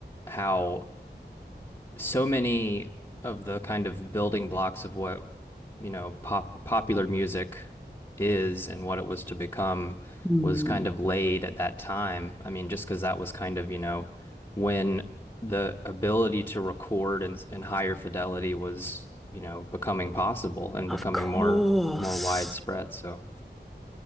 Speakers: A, on the left; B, in the centre.
A: how so many of the kind of building blocks of what, you know, pop popular music is and what it was to become
B: Hmm.
A: was kind of laid at that time. I mean, just because that was kind of, you know, when the ability to record in, in higher fidelity was, you know, becoming possible and becoming
B: Of course.
A: more more widespread. So,